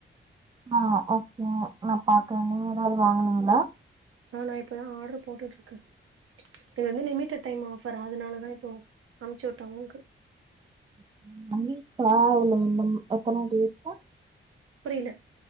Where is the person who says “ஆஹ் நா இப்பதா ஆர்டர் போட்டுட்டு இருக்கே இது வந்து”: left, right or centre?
Right